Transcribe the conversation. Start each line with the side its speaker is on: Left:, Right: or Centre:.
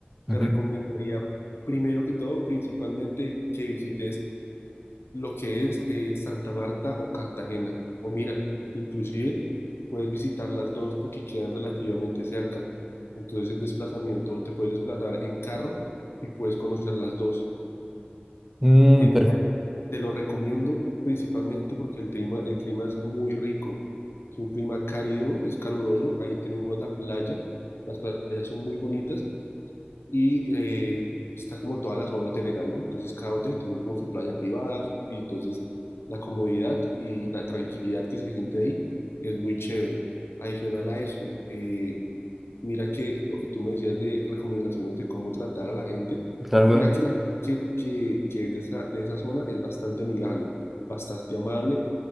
Left: te
Centre: Ujú.
Left: recomendaría primero que todo, principalmente, que visites lo que es eh, Santa Marta o Cartagena. O mira, inclusive puedes visitar las dos porque quedan relativamente cerca. Entonces, en desplazamiento, te puedes desplazar en carro y puedes conocer las dos.
Centre: Mm,
Left: En,
Centre: per-
Left: Te lo recomiendo principalmente porque el clima, el clima es muy rico. Es un clima cálido, es caluroso. Ahí tenemos la playa. Las playas son muy bonitas y eh, está como toda la zona hotelera, ¿no? Entonces cada hotel tiene como su playa privada y entonces la comodidad y la tranquilidad que se siente ahí es muy chévere. Adicional a eso, eh, Mira que lo que tú me decías de recomendaciones de cómo tratar a la gente,
Centre: claro, claro.
Left: mira que la gente que, que, que es de esa, de esa zona es bastante amigable, bastante amable